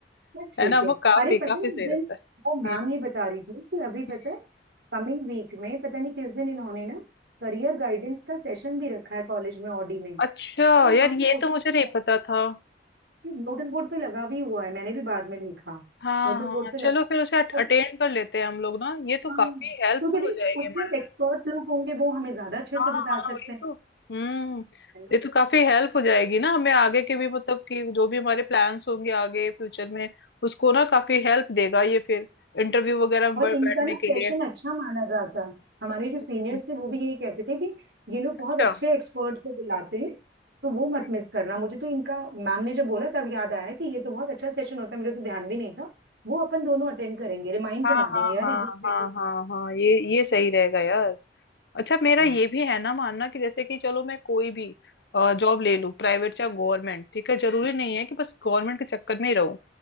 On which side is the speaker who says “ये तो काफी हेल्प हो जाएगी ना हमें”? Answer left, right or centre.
Left